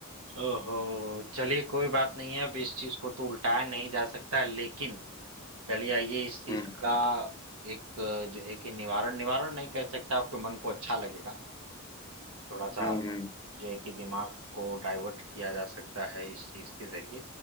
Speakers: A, on the right; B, on the left.
A: ओहो चलिए कोई बात नहीं है अब इस चीज को तो उल्टाया नहीं जा सकता लेकिन चलिए आइए इस चीज
B: हम्म
A: का एक अ, जो है कि निवारण निवारण नहीं कह सकता आपके मन को अच्छा लगेगा थोड़ा सा
B: हम्म हम्म
A: जो है कि दिमाग को डाइवर्ट किया जा सकता है इस चीज के जरिए